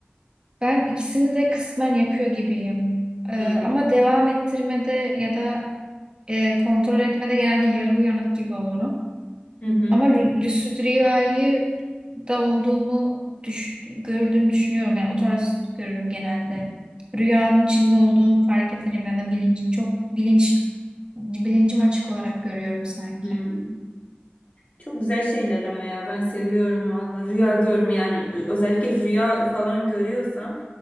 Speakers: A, on the right; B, on the left.
A: Ben ikisini de kısmen yapıyor gibiyim. Ee,
B: Hı.
A: ama devam ettirmede ya da e, kontrol etmede genelde yarı uyanık gibi olurum.
B: Hı hı.
A: Ama lü- lucid rüyayı da olduğumu düş gördüğümü düşünüyorum. Yani o tarz görürüm genelde. Rüyanın içinde olduğumu fark ederim ya da bilinç çok bilinç bilincim açık olarak görüyorum sanki.
B: Hmm. Çok güzel şeyler ama ya ben seviyorum valla. Rüya görme yani ö- özellikle rüya falan görüyorsam